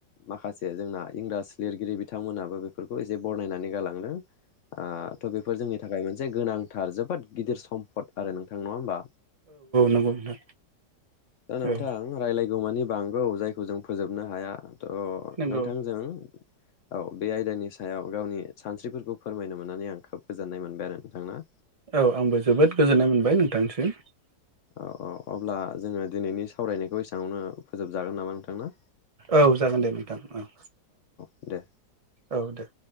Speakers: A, on the left; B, on the right.
A: माखासे जोंना इंराज लिरगिरि बिथांमोनाबो बेफोरखौ जे बनायनानै गालांदों थ' बेफोर जोंनि थाखाय मोनसे गोनांथार जोबोद गिदिर सम्फद आरो नोंथां नङा होमबा
B: नंगौ नोंथां
A: दा नोंथां
B: औ
A: रायलायगौ मानि बांगौ जाय- जों फोजोबनो हाया त'
B: नंगौ
A: नोंथांजों औ बे आयदानि सायाव गावनि सानस्रिफोरखौ फोरमायनो मोननानै आं खोब गोजोननाय मोनबाय आरो नोंथांनो
B: औ आंबो जोबोद गोजोननाय मोनबाय नोंथांनिसिम
A: औ औ अब्ला जोङो दिनैनि सावरायनायखौ एसेवावनो फोजोबजागोन नामा नोंथां ना।
B: औ जागोन दे नोंथां औ
A: दे
B: औ दे